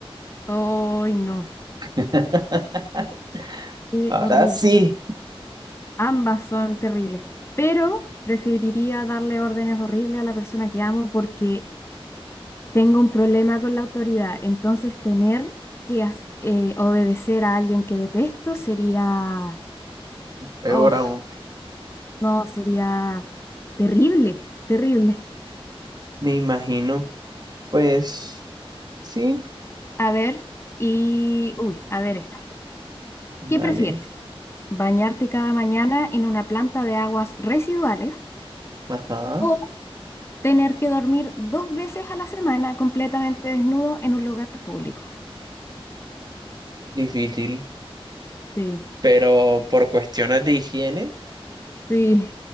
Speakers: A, on the left; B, on the right.
A: ¡Ay, no!
B: <laughs>
A: Qué
B: Ahora
A: horrible.
B: sí,
A: Ambas son terribles. Pero preferiría darle órdenes horribles a la persona que amo porque Tengo un problema con la autoridad, entonces tener que as- eh, obedecer a alguien que detesto sería,
B: Peor
A: oh,
B: aún.
A: no, sería terrible, terrible.
B: me imagino. Pues sí,
A: A ver, y, uy, a ver esta.
B: vale.
A: ¿Qué prefieres? ¿Bañarte cada mañana en una planta de aguas residuales
B: Ajá,
A: o tener que dormir dos veces a la semana completamente desnudo en un lugar público?
B: difícil.
A: Sí,
B: Pero por cuestiones de higiene.
A: sí,